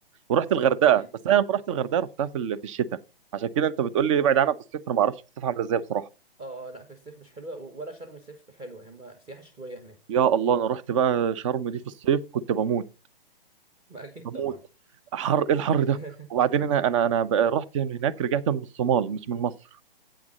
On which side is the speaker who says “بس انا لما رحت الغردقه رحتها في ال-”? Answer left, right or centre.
Right